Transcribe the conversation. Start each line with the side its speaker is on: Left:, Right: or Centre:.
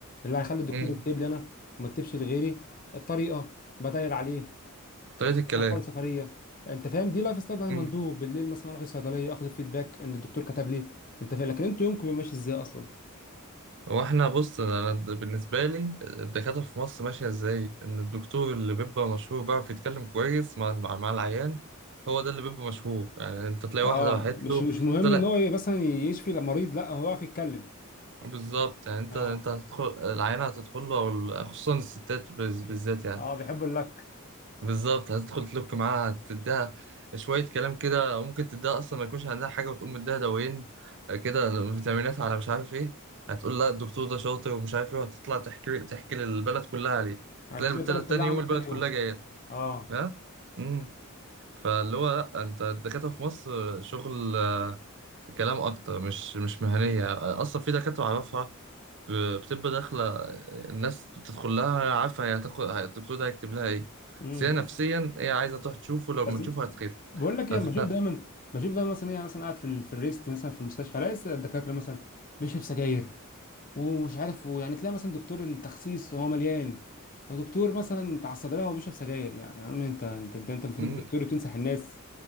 Left: اللي هيخلي الدكتور
Right: امم
Left: يكتب لي انا وما يكتبش لغيري الطريقه بدايل عليه
Right: طريقة الكلام
Left: بتقول سفريه انت فاهم دي لايف ستايل بتاع المندوب
Right: امم
Left: بالليل مثلا اروح الصيدليه اخد الفيدباك ان الدكتور كتب ليه انت فاهم لكن انتوا يومكم بيبقى ماشي ازاي اصلا
Right: هو احنا بص انا د- بالنسبة لي الدكاترة في مصر ماشية ازاي ان الدكتور اللي بيبقى مشهور بيعرف يتكلم كويس مع مع مع العيان هو ده اللي بيبقى مشهور يعني انت تلاقي
Left: اه
Right: واحد راحت
Left: مش
Right: له
Left: مش مهم
Right: طلع
Left: ان هو ي- مثلا يشفي المريض لا هو يعرف يتكلم
Right: بالظبط يعني انت
Left: اه
Right: انت هتدخل العيانة هتدخل له او ال- خصوصا الستات بز- بالذات يعني
Left: اه بيحب اللك
Right: بالظبط هتدخل تلوك معاها تديها شوية كلام كده ممكن تديها أصلا ما يكونش عندها حاجة وتقوم مديها دوايين كده فيتامينات على مش عارف إيه هتقول لا الدكتور ده شاطر ومش عارف إيه وهتطلع تحكي تحكي للبلد كلها عليه
Left: هتلاقي
Right: هتلاقي البلد-
Left: البلد
Right: تاني
Left: كلها عندك
Right: يوم البلد
Left: تاني
Right: كلها
Left: يوم
Right: جاية
Left: اه
Right: ها امم فاللي هو لا أنت الدكاترة في مصر شغل آه، كلام أكتر مش مش مهنية أصلا في دكاترة أعرفها ب- بتبقى داخلة الناس بتدخل لها عارفة هي هتاخد الدكتور ده هيكتب لها ايه
Left: امم
Right: بس هي نفسيا هي عايزة تروح تشوفه لو
Left: بس
Right: ما تشوفه هتخف
Left: بقول لك ايه
Right: هتفهم
Left: انا بشوف دايما بشوف دايما مثلا ايه أنا مثلا قاعد في ال- في الريست مثلا في المستشفى الاقي لسه الدكاتره مثلا بيشرب سجاير ومش عارف ويعني تلاقي مثلا دكتور التخسيس وهو مليان ودكتور مثلا بتاع الصيدليه وهو بيشرب سجاير يعني يا عم انت انت انت المفروض
Right: مم.
Left: الدكتور بتنصح الناس